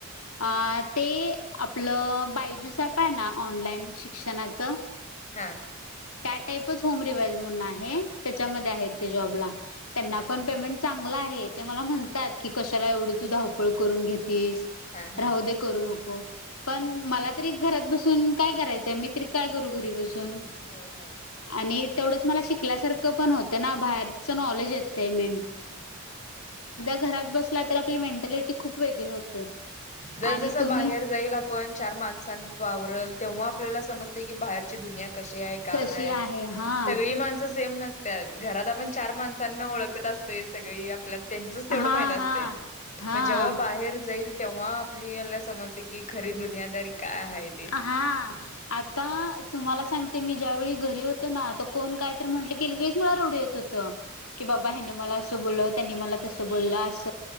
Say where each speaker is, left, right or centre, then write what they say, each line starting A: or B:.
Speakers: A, on the left; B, on the left.
A: <inaudible> पाठ ते आपलं बायजूसप आहे ना, ऑनलाईन शिक्षणाचं.
B: हा...
A: त्या टाईपच होम रिवइज म्हण आहे. त्याच्यामध्ये
B: हा
A: आहेत. ते जॉबला. त्यांना
B: हा हा
A: पण पेमेंट
B: हा
A: चांगलं आहे. ते मला म्हणतात
B: हा
A: की, कशाला एवढं तू धावपळ करून घेतीस.
B: हा हा
A: राहो दे.. करू नको. पण मला तरी घरात बसून काय करायचं, मी तरी काय करू? घरी बसून.
B: हो.. हो..
A: आणि तेवढंच मला शिकल्यासारखं पण होतं. ना बाहेरचं नॉलेज येत. <inaudible> में
B: हा.. हा... हम
A: घरात बसला तर, आपली मेंटॅलिटी खूप वेगळी होते.
B: जर
A: आणि
B: जसं
A: तुम्ही
B: बाहेर जाईल. आप <inaudible> आपण चार माणसां वावरल, तेव्हा आपल्याला समजते की, बाहेरची दुनिया कशी आहे. का
A: कशी आहे हा
B: सगळी माणसं सेम नस <inaudible> त्या घरात आपण चार माणसांना ओळखत असतोय. सगळी <inaudible> ला त्यांचच तेवढं
A: हा
B: माहित
A: हा
B: असते.
A: हा
B: पण जेव्हा बाहेर जाईल. तेव्हा आपली याला समजते की, खरी दुनियादारी काय आहेत.
A: हां... आता तुम्हाला सांगते मी ज्यावेळी घरी होतो. ना तर कोण काय तरी म्हटलं की, वेळीस मला <inaudible> क बाबा ह मला <inaudible> त्यांनी म <inaudible> तस <inaudible> ब अस